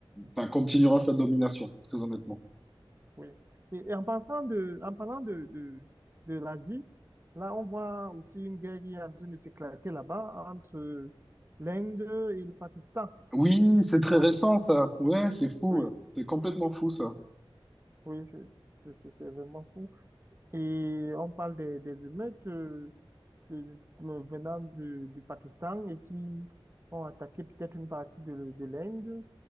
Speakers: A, in the centre; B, on the right (about 25°).
A: enfin, continuera sa domination, très honnêtement.
B: Oui. Et, et en pensant de, en parlant de, de, de l'Asie, là, on voit aussi une guerre qui est en train de s'éclater là-bas entre l'Inde et le Pakistan.
A: Oui, c'est
B: Donc,
A: très récent ça. Ouais, c'est fou.
B: oui,
A: C'est complètement fou ça.
B: oui, c'est c'est- c'est- c'est vraiment fou. Et on parle des, des émeutes euh, de- de- venant du, du Pakistan et qui ont attaqué peut-être une partie de, de l'Inde.